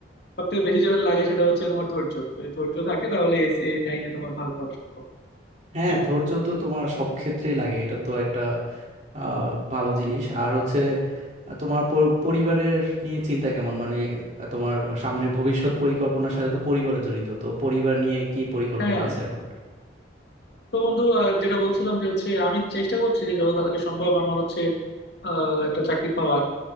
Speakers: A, on the left; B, on the right.
A: সব থেকে বেশি যেটা লাগে সেটা হচ্ছে তোমার ধৈর্য যদি ধৈর্য থাকে তাহলে এই এই লাইনে তোমার ভালো করা সম্ভব
B: হ্যাঁ
A: কি বল
B: ধৈর্য তো তোমার সব ক্ষেত্রেই লাগে এটা তো একটা আহ, ভালো জিনিস আর হচ্ছে আহ, তোমার পর- পরিবারের নিয়ে চিন্তা কেমন মানে আহ, তোমার সামনের ভবিষ্যৎ পরিকল্পনার সাথে তো পরিবার জড়িত তো পরিবার নিয়ে কি পরিকল্পনা
A: হ্যাঁ
B: আছে এখন
A: তো বন্ধু আর যেটা বলছিলাম যে হচ্ছে আমি চেষ্টা করছি যে যত তাড়াতাড়ি সম্ভব আমার হচ্ছে আহ, একটা চাকরি পাওয়ার